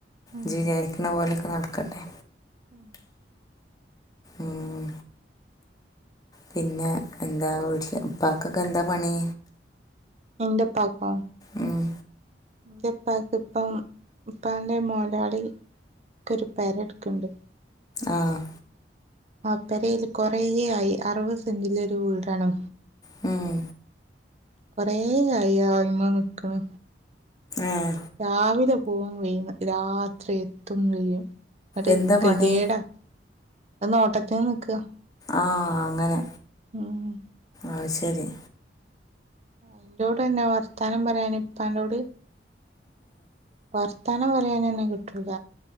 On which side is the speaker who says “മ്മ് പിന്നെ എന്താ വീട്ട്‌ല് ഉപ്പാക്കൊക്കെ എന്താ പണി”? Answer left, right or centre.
Left